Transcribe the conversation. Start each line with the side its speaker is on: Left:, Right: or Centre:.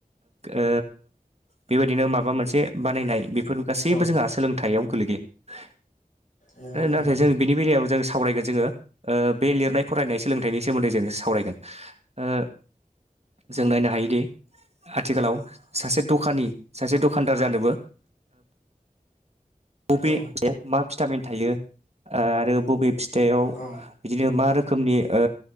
Right: ओ बेबायदिनो माबा मोनसे बानायनाय बेफोर गासैबो
Left: औ
Right: जोंहा सोलोंथाइयाव गोलैयो
Left: नंगौ नंगौ
Right: नाथाय जों बिनि बेलायाव, जों सावरायगोन जोङो ओ बे लिरनाय फरायनाय सोलोंथाइनि सोमोन्दै जों सावरायगोन ओ, जों नायनो हायोदि, आथिखालाव सासे द'खानि सासे दखानदार जानोबो, बबे
Left: औ
Right: फिथाइया मा भिटामिन थायो आरो बबे फिथाइआव,
Left: औ
Right: बिदिनो मा रोखोमनि ओ